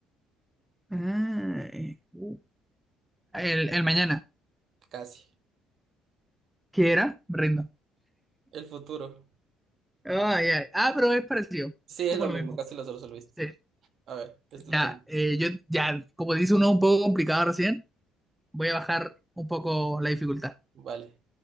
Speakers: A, in the centre; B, on the right.
A: Ah, eh, uh. el, el mañana.
B: casi.
A: ¿Qué era? Me Rindo.
B: El futuro.
A: Ah, ya. Ah, pero es parecido.
B: Sí,
A: Es
B: es
A: como
B: lo
A: lo
B: mismo,
A: mismo.
B: casi lo resolviste.
A: Sí.
B: A ver, es tu
A: Ya,
B: turno.
A: eh, yo, ya, como dice uno un poco complicado recién, voy a bajar un poco la dificultad.
B: Vale.